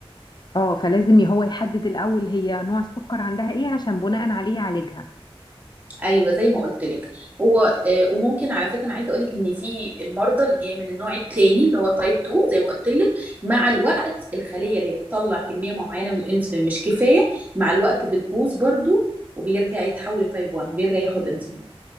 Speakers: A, on the left (about 45°); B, on the right (about 15°).
A: اه فلازم هو يحدد الاول هي نوع السكر عندها ايه عشان بناء عليه يعالجها
B: ايوه زي ما قلت لك هو آه، وممكن على فكره انا عايزه اقول لك ان في المرضى اللي هي من النوع الثاني اللي هو تايب 2 زي ما قلت لك مع الوقت الخليه اللي بتطلع كميه معينه من الانسولين مش كفايه مع الوقت بتبوظ برضو وبيرجع يتحول لتايب 1 بيرجع ياخد انسولين